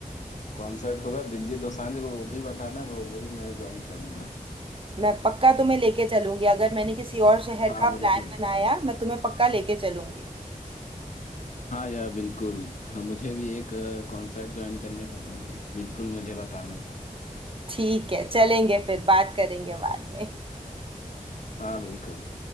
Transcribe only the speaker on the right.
मैं पक्का तुम्हें लेके चलूंगी अगर मैंने किसी और शहर
का
प्लान बनाया मैं तुम्हें पक्का लेके चलूंगी
ठीक है चलेंगे फिर बात करेंगे बाद में